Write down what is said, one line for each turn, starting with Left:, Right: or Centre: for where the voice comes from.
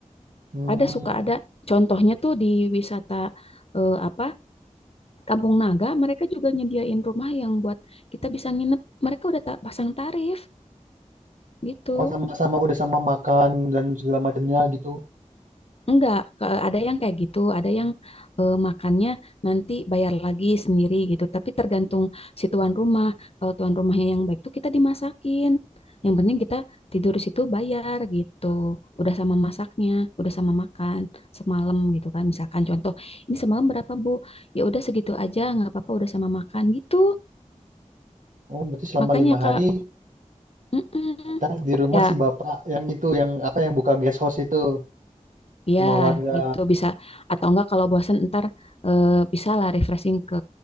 Right: Hmm.
Left: Ada suka ada contohnya tuh di wisata eh, apa Kampung Naga mereka juga nyediain rumah yang buat kita bisa nginep. Mereka udah ta- pasang tarif gitu.
Right: Oh sama-sama udah sama makan dan segala macamnya gitu.
Left: Enggak, ke- ada yang kayak gitu, ada yang eh, makannya nanti bayar lagi sendiri gitu. Tapi tergantung si tuan rumah. Kalau tuan rumahnya yang baik tuh kita dimasakin. Yang penting kita tidur di situ bayar gitu. Udah sama masaknya, udah sama makan semalam gitu kan. Misalkan contoh, ini semalam berapa Bu? Ya udah segitu aja, nggak apa-apa udah sama makan gitu.
Right: Oh berarti selama
Left: Makanya
Right: lima
Left: Kak,
Right: hari
Left: mm-mm.
Right: kita di rumah
Left: Ya
Right: si bapak yang itu yang apa yang buka guest house itu
Left: Iya,
Right: sama warga.
Left: gitu bisa. Atau enggak kalau bosan ntar eh, bisa lah refreshing ke